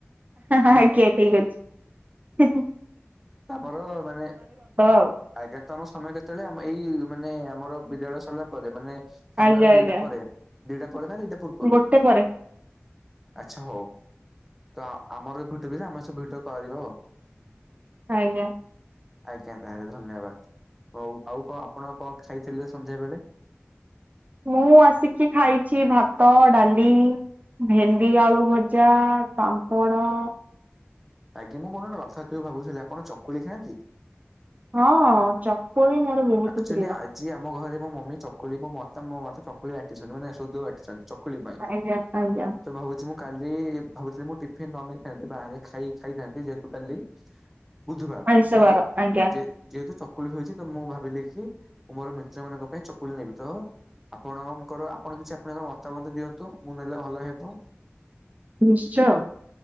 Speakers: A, in the centre; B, on the right.
A: ତାଙ୍କ
B: ଆଜ୍ଞା ଠିକ ଅଛି। ହିଁ ହିଁ
A: ଆମର ମାନେ
B: ଆଉ
A: ଆଜ୍ଞା ତ ଆମ ସମୟ କେତେବେଳେ ଆମ ଏଇ ମାନେ ଆମର ବିଦ୍ୟାଳୟ ସରିଲା ପରେ ମାନେ ସ ସମୟ
B: ଆଜ୍ଞା ଆଜ୍ଞା
A: ଦିଟା ପରେ ଦିଟା ପରେ ନା ଦିଇଟା ପୂର୍ବରୁ,
B: ଗୋଟେ ପରେ
A: ଆଛା ହଉ। ତ ଆ ଆମର ଭିଡି <unintelligible> ଆମେ ସେ ଭିଡିଓ କରିବ ଆଉ
B: ଆଜ୍ଞା।
A: ଆଜ୍ଞା <unintelligible> ଧନ୍ୟବାଦ। ହଉ ଆଉ କଣ ଆପଣ କଣ ଖାଇଥିଲେ ସଂନ୍ଧ୍ୟା ବେଳେ?
B: ମୁଁ ଆସିକି ଖାଇଛି ଭାତ, ଡାଲି। ଭେଣ୍ଡି, ଆଳୁ ଭ ଜା ପାମ୍ପଡ଼।
A: ଆଜ୍ଞା ମୁଁ ପୁଣି ଗୋଟେ କଥା କହିବି ଭାବୁଥିଲି ଆପଣ ଚକୁଳି ଖାଆନ୍ତି?
B: ହଁ ଚ କୁଳି ମୋର ବହୁତ
A: ଆକ୍ଚୁଆଲି
B: ପ୍ରିୟ।
A: ଆଜି ଆମ ଘରେ ମୋ ମମି ଚକୁଳି ମୋ ମ ମୋ ମତେ ଚକୁଳି ବାଟିଛନ୍ତି ମାନେ ସୁଧ ବାଟିଛନ୍ତି। ଚକୁଳି ପାଇଁ
B: ଆଜ୍ଞା ଆଜ୍ଞା
A: ତ ଭାବୁଛି ମୁଁ କାଲି ଭାବୁଥିଲି ମୁଁ ଟିଫିନ ନ ନେଇଥାନ୍ତି ବାହାରେ ଖାଇ ଖାଇଥାନ୍ତି ଯେହେତୁ କାଲି ବୁଧବାର
B: ଆଇଁଷ
A: ତ
B: ବାର ଆଜ୍ଞା
A: ଯେ ଯେହେତୁ ଚ କୁଳି ହୋଇଛି ତ ମୁଁ ଭା ବିଲି କି ମୁଁ ମୋର ମିତ୍ର ମାନଙ୍କ ପାଇଁ ଚକୁଳି ନେବି ତ ଆପଣଙ୍କର ଆପଣ କିଛି ଆପଣଙ୍କ ମତାମତ ଦିଅନ୍ତୁ ମୁଁ ନେଲେ ଭଲ ହେବ?
B: ନିଶ୍ଚୟ